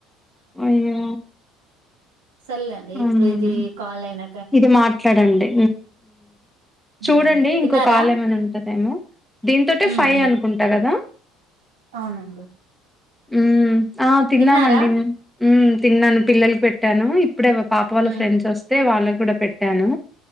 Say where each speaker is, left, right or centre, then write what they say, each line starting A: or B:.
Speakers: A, in the centre; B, on the right.
A: అయ్యో
B: సరలేండి ఇప్పుడు
A: మ్మ్
B: ఇది కాల్ అయిన
A: ఇది మాట్లాడండి.
B: ఉమ్.
A: చూడండి ఇంకోకాల్
B: తిన్నారా
A: ఏమైనా ఉంటదేమో దింతోటే
B: ఉ
A: ఫైవ్
B: ఉ
A: అనుకుంటా కదా
B: అవునండి
A: ఉమ్ ఆ తిన్నామండి
B: తిన్నారా
A: ఉమ్ తిన్నాను పిల్లలకి పెట్టాను. ఇప్ ఇప్పుడే పాప వాళ్ళ
B: ఉ
A: ఫ్రెండ్స్ వస్తే వాళ్ళకి కూడా పెట్టాను.